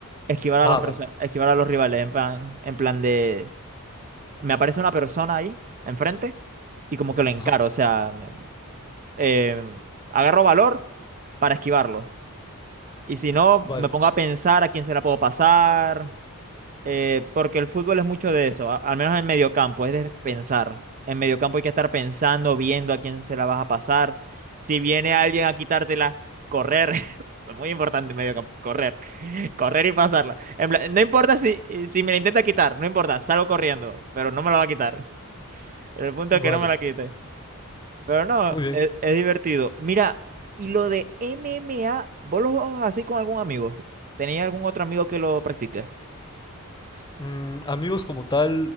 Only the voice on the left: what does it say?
Ah,
vale.
Ajá.
Vale,
vale.
Muy bien.
Mm, amigos como tal,